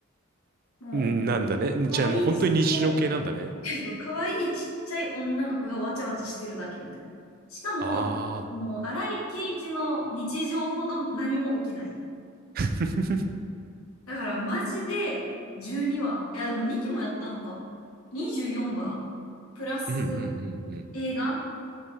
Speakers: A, on the left (about 85°); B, on the right (about 45°).
A: も
B: んなんだね。
A: う、
B: じゃあもう本当に日常系なんだね。
A: 可愛いちっちゃい、<laughs> 可愛いちっちゃい女の子がわちゃわちゃしてるだけみたいな。しかも、
B: ああ。
A: もう、荒井圭一の日常ほど何も起きない。
B: <laughs>
A: だから、マジで12話いや、でも2期もやったのか。24話プラス
B: うんうんうんうん。
A: 映画